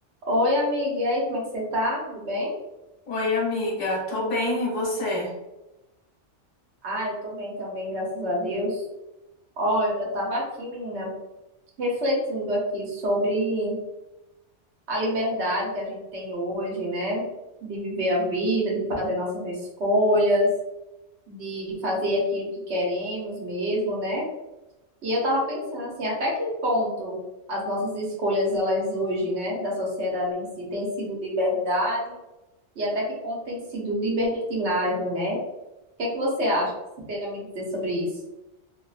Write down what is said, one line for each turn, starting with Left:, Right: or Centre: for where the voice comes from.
Right: Oi, amiga, e aí, como é que você tá? Tudo bem?
Left: Oi, amiga, tô bem, e você?
Right: Ah, eu tô bem também, graças a Deus. Olha, eu tava aqui, menina, refletindo aqui sobre a liberdade que a gente tem hoje, né? De viver a vida, de fazer nossas escolhas, de fazer aquilo que queremos mesmo, né? E eu tava pensando assim, até que ponto as nossas escolhas, elas hoje, né, da sociedade em si, têm sido liberdade e até que ponto tem sido libertinagem, né? O que é que você acha que você tem a me dizer sobre isso?